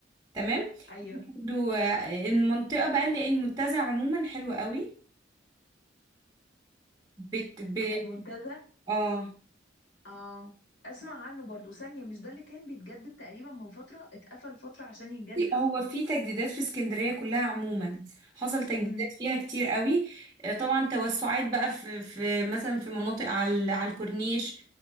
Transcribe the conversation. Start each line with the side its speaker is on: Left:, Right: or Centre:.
Right: تمام
Left: ايوه
Right: برضو آه، المنطقة بقى اللي المنتزه عموما حلوة قوي بت... ب...
Left: المنتزه
Right: اه
Left: اه اسمع عنه برضو ثانية مش ده اللي كان بيتجدد تقريبا من فترة اتقفل فترة عشان يتجدد
Right: هو في تجديدات في اسكندرية كلها عموما حصل تجديدات
Left: امم
Right: فيها كتير قوي آه، طبعا توسعات بقى في, في مثلا في مناطق على على الكورنيش